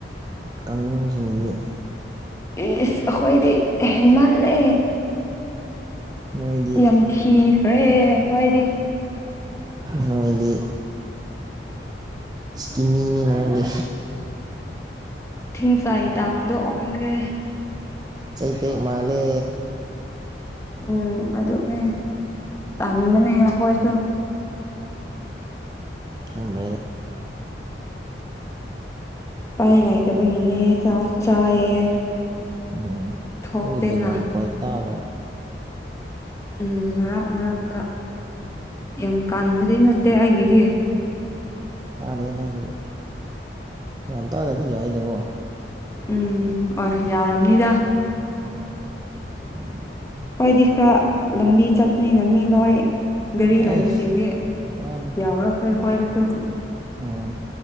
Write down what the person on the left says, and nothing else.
ꯏꯁ ꯑꯩꯈꯣꯏꯗꯤ ꯍꯦꯟꯃꯜꯂꯦ
ꯌꯥꯝ ꯀꯤꯈ꯭ꯔꯦ ꯍꯣꯏꯗꯤ
ꯊꯤꯡꯁꯥꯏ ꯇꯥꯡꯗꯣ ꯑꯣꯟꯈ꯭ꯔꯦ
ꯎꯝ ꯑꯗꯨꯅꯦ ꯇꯟꯕꯅꯦ ꯑꯈꯣꯏꯁꯓꯨ
ꯎꯄꯥꯏ ꯂꯩꯇꯕꯒꯤꯅꯦ ꯆꯥꯁꯨ ꯆꯥꯏꯌꯦ
ꯊꯣꯛꯇꯦꯅ
ꯎꯝ ꯃꯔꯛ ꯃꯔꯛꯇ ꯌꯥꯝ ꯀꯟꯕꯗꯤ ꯅꯠꯇꯦ ꯑꯩꯒꯤꯗꯤ
ꯎꯝ ꯍꯣꯏ ꯌꯥꯔꯝꯅꯤꯗ
ꯍꯣꯏꯗꯤ ꯈꯔ ꯂꯝꯕꯤ ꯆꯠꯄꯅꯤꯅ ꯃꯤ ꯂꯣꯏ ꯒꯥꯔꯤ
ꯂꯥꯏꯕꯁꯤꯡꯗꯤ
ꯌꯥꯎꯔꯛꯈ꯭ꯔꯦ ꯈꯣꯏꯗꯁꯨ